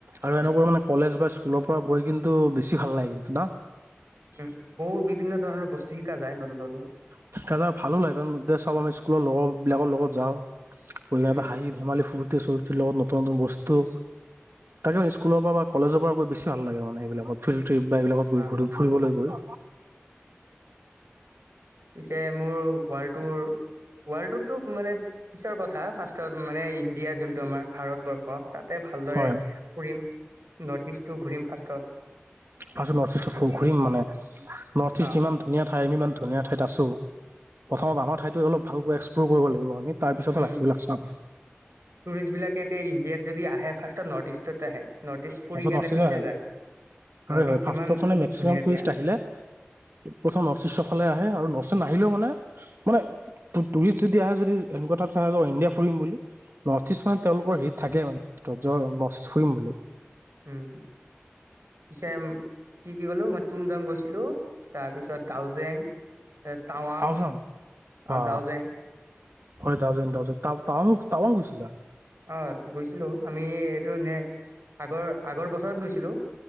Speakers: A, on the right; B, on the right.
A: আৰু এনেকুৱা
B: অ
A: মানে কলেজ বা স্কুলত পৰা গৈ কিন্তু বেছি ভাল লাগিল ন?
B: উম, বহুত বিভিন্ন ধৰণৰ বস্তু শিকা যায় নতুন, নতুন।
A: <unintelligible> ভালো লাগে, কাৰণ চব আমি স্কুলৰ লগৰ বিলাকৰ লগত যাওঁ। উ
B: উম
A: হাঁহি ধেমালি ফুৰ্তি ফুুৰি লগত নতুন নতুন বস্তু তাকে স্কুলৰ পৰা বা কলেজৰ পৰা গৈ বেছি ভাল লাগে মানে সেইবিলাকত ফিল্ড ট্ৰিপ বা এইবিলাকত গৈ
B: অ
A: ফুৰিবলৈ গৈ
B: পিছে মোৰ ৱাল্টোৰ ৱাল্টোতো মানে পিছৰ কথা ফাৰ্ষ্টত মানে ইণ্ডিয়া যোনটো আমাৰ ভাৰতবৰ্ষ তাতে ভালদৰে
A: হয়
B: ফুৰিম। নৰ্থ ইষ্টটো ঘূৰিম ফাৰ্ষষ্টত।
A: ফাৰ্ষ্টত নৰ্থ ইষ্টৰ ফ ঘূৰিম মানে নৰ্থ ইষ্ট
B: অ
A: ইমান ধুনীয়া ঠাই আমি ইমান ধুনীয়া ঠাইত আছো। প্ৰথমত আমাৰ ঠাইত অলপ ভালকৈ এক্সপ্ল'ৰ কৰিব লাগিব আমি। তাৰ পিছতে
B: উম
A: বাকীবিলাক চাম।
B: টুৰিষ্টবিলাকে এতিয়া ইণ্ডিয়াত যদি আহে ফাৰ্ষ্টত নৰ্থ ইষ্টত আহে। তেজপুৰীৰ
A: ফাৰ্ষ্টত
B: কাৰণে
A: নৰ্থ ইষ্ট
B: পিছে
A: আহে
B: যায়। নৰ্থ
A: হয় হয়
B: ইষ্ট
A: ফাৰ্ষ্টত
B: ইমান
A: মানে মেক্সিমাম
B: ধুনীয়া
A: টুৰিষ্ট
B: দিয়া
A: আহিলে প্ৰথম নৰ্থ ইষ্টৰ ফালে আহে আৰু ছত নাহিলেও মানে মানে টুৰিষ্ট যদি আহে যদি এনেকুৱা চ যা ইণ্ডিয়া ফুৰিম বুলি নৰ্থ ইষ্ট মানে তেওঁলোকৰ হেৰিত থাকে মানে নৰ্থ ই ফুৰিম বুলি
B: উম কিছেম কি-কি কলো মই তুমজাং গৈছিলো তাৰ পিছত দাউজেং টাৱাং
A: টাউজন
B: আও
A: বা
B: ডাওঁজেং
A: হয়, ডাওজেং ডাউজেং টান টাৱাংও গৈছিলা।
B: অ, গৈছিলো আমি এইটো নে আগৰ আগৰ বছৰত গৈছিলো।